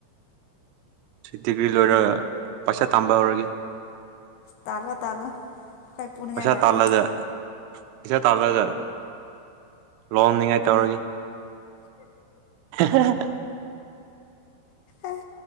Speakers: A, on the right; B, on the left.
A: ꯁꯤ ꯗꯤꯒ꯭ꯔꯤ ꯂꯣꯏꯔꯒ ꯄꯩꯁꯥ ꯇꯥꯟꯕ ꯍꯧꯔꯒꯦ
B: ꯇꯥꯂꯣ ꯇꯥꯂꯣ ꯑꯈꯣꯢ ꯄꯨꯅꯤꯉꯥꯢ
A: ꯄꯩꯁꯥ
B: ꯂꯥꯛꯀꯦ
A: ꯇꯥꯜꯂꯒ ꯄꯩꯁꯥ ꯇꯥꯜꯂꯒ ꯂꯨꯍꯣꯡꯅꯤꯉꯥꯏ ꯇꯧꯔꯅꯤ ꯍꯥ ꯍꯥ
B: ꯑꯦ